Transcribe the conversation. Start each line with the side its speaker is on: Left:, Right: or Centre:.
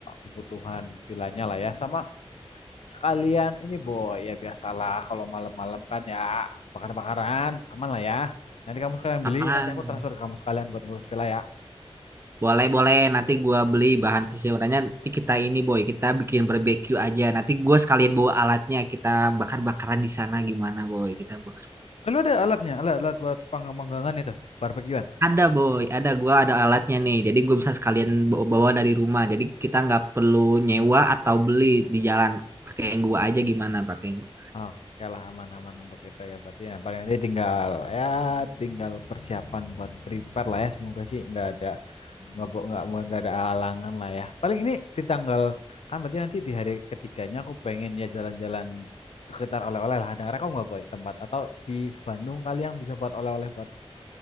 Left: kebutuhan villanya lah ya. Sama sekalian ini boy ya biasalah kalau malam-malam kan ya bakar-bakaran aman lah ya. Nanti kamu sekalian
Right: Aman.
Left: beli, nanti aku transfer ke kamu sekalian buat ngurus villa ya.
Right: Boleh boleh, nanti gua beli bahan seseorangnya, nanti kita ini boy, kita bikin barbecue aja. Nanti gua sekalian bawa alatnya, kita bakar-bakaran di sana gimana boy, kita bakar.
Left: Eh, ada alatnya, alat alat buat panggang-panggangan itu, barbekyuan.
Right: Ada boy, ada gua ada alatnya nih. Jadi gue bisa sekalian bawa bawa dari rumah. Jadi kita nggak perlu nyewa atau beli di jalan. Pakai yang gua aja gimana? Pakai yang gua
Left: Oke lah aman-aman untuk itu ya berarti ya paling nanti tinggal ya tinggal persiapan buat prepare lah ya semoga sih nggak ada nggak bo- nggak mau- nggak ada halangan lah ya paling ini di tanggal kan berarti nanti di hari ketiganya aku pengen ya jalan-jalan sekitar oleh-oleh lah ada rekom nggak boy tempat atau di Bandung kalian bisa buat oleh-oleh buat